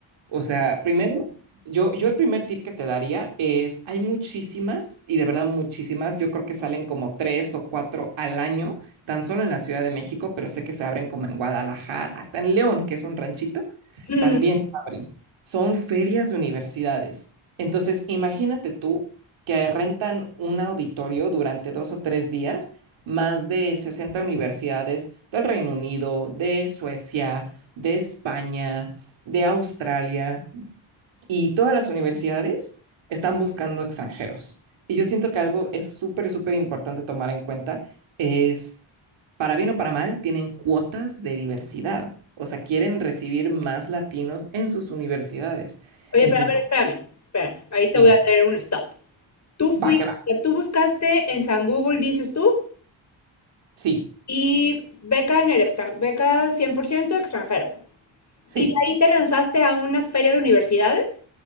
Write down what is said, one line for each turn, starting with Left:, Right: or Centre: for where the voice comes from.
Right: O sea, primero, yo, yo el primer tip que te daría es, hay muchísimas, y de verdad muchísimas, yo creo que salen como tres o cuatro al año, tan solo en la Ciudad de México, pero sé que se abren como en Guadalajara, hasta en León, que es un ranchito,
Left: Mm,
Right: también se abren son ferias de universidades. Entonces, imagínate tú que rentan un auditorio durante dos o tres días, más de 60 universidades del Reino Unido, de Suecia, de España, de Australia, y todas las universidades están buscando extranjeros. Y yo siento que algo es súper, súper importante tomar en cuenta es para bien o para mal, tienen cuotas de diversidad. O sea, quieren recibir más latinos en sus universidades.
Left: Oye,
Right: Entonces,
Left: pero a ver, espérame, espérame,
Right: sí,
Left: ahí te
Right: dime,
Left: voy a hacer un stop. Tú fuiste,
Right: va que va.
Left: tú buscaste en San Google, dices tú,
Right: Sí,
Left: y beca en el extranjero, beca 100% extranjero.
Right: sí,
Left: Y de ahí te lanzaste a una feria de universidades,